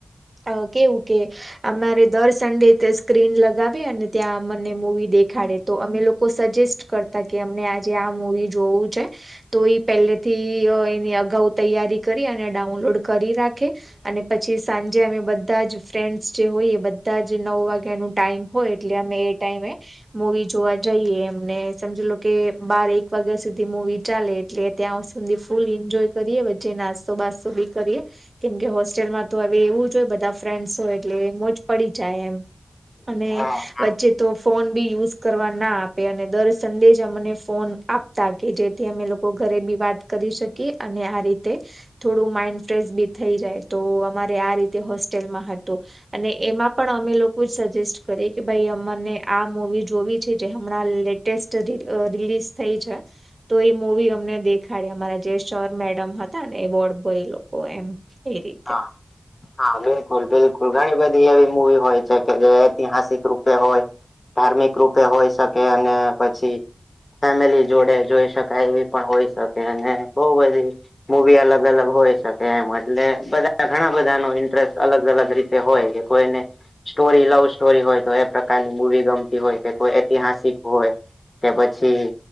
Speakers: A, on the right; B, on the left.
A: અ કેવું કે અમારે દર સંડે ત્યાં સ્ક્રીન લગાવી અને ત્યાં અમને મૂવી દેખાડે. તો અમે લોકો સજેસ્ટ કરતા કે અમને આજે આ મુવી જોવું છે. તો ઈ પહેલેથી એની અગાઉ તૈયારી કરી અને ડાઉનલોડ કરી રાખે. અને પછી સાંજે અમે બધા જ ફ્રેન્ડસ જે હોઈએ બધા જ નવ વાગ્યાનું ટાઈમ હોય એટલે અમે એ ટાઈમે મુવી જોવા જઈએ. એમને સમજી લો કે બાર એક વાગ્યા સુધી મુવી ચાલે એટલે ત્યાં સુધી ફૂલ ઈન્જોય કરીએ. વચ્ચે નાસ્તો બાસ્તો બી કરીએ. કેમ કે હોસ્ટેલમાં તો હવે એવું જ હોય બધા ફ્રેન્ડસ હોય એટલે મોજ પડી જાય એમ. અને
B: હા.
A: વચ્ચે તો ફોન બી યુઝ કરવા ના આપે અને દર સંડે જ અમને ફોન આપતા કે જેથી અમે લોકો ઘરે બી વાત કરી શકીએ અને આ રીતે થોડું માઈન્ડ ફ્રેશ બી થઈ જાય, તો અમારે આ રીતે હોસ્ટેલમાં હતું. અને એમાં પણ અમે લોકો જ સજેસ્ટ કરીએ કે ભાઈ અમને આ મુવી જોવી છે જે હમણાં લેટેસ્ટ રી રિલીઝ થઈ છે. તો એ મુવી અમને દેખાડે અમારા જે સર, મેડમ હતા ને એ વોર્ડબોય એ લોકો એમ. એ રીતે
B: હા હા બિલકુલ બિલકુલ. ઘણી બધી એવી મુવી હોય છે કે જે ઐતિહાસિક રૂપે હોય. ધાર્મિક રૂપે હોય શકે અને પછી ફેમિલી જોડે જોઈ શકાય એવી પણ હોય શકે. અને બહુ બધી મૂવી અલગ અલગ હોય શકે એમ એટલે બધા ઘણા બધા નો ઇન્ટરેસ્ટ અલગ અલગ રીતે હોય કે કોઈને સ્ટોરી લવ સ્ટોરી હોય તો એ પ્રકારની મૂવી ગમતી હોય કે કોઈ ઐતિહાસિક હોય કે પછી